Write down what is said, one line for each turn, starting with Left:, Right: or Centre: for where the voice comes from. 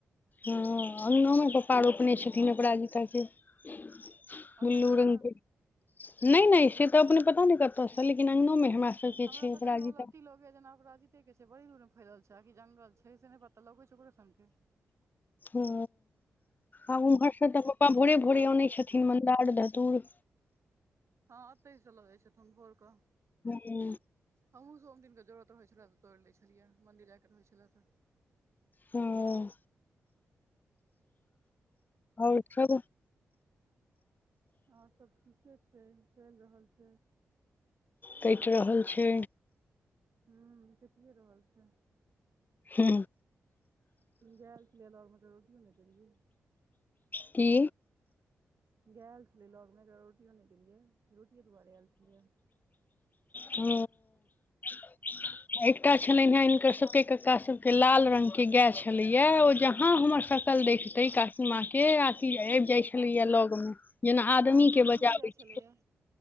Left: हँ, अङ्गनामे पापा रोपने छथिन, अपराजिता के। बुल्लू
Right: एतैसँ
Left: रङ्गके। नहि- नहि से तऽ अपने पता नहि कत से, लेकिन अंगनो में हमरा सबके
Right: हमरा
Left: छै
Right: पता
Left: अपराजिता
Right: नहि होल लती लगे जन अपराजिते के छै, बड़ी दूर मे फैल छै, आ की जंगल छै? से नहि पता लगे छै ओकरो संग के।
Left: हु, आ उम्हरसँ तऽ पापा भोरे- भोरे अनै छथिन, मन्दार धतुर।
Right: हँ, एतहि से लजै छथुन भोर के।
Left: हू हू।
Right: हमहुँ स सोम दिनके जरूरत रहै छलै तोड़ि लै छलियै, मन्दिर जाकऽ रहै छलै तऽ।
Left: हु, और सब।
Right: आ सब ठीके छै, चलि रहल छै।
Left: कऽइट रहल छै।
Right: हू, कैटिये रहल छै।
Left: हू।
Right: गैल छलिय लग मे, रोटीयो ने देलीये।
Left: की।
Right: गाय छलियै लग में एकरा रोटियो नहि देलियै, रोटिये दुबारे आयल छलयैे।
Left: हू <inaudible> एकटा छलनि हे, हिनकर सबके कक्का सब के लाल रंग के गाय छले या, ओ जहा हमर सकल देख तई काकिमाके, आथी ऐब जाइ छलैया लग मे, जेना आदमी
Right: लाल रंग
Left: के
Right: केहन
Left: बजाबै
Right: गाय छलैया
Left: छेलै।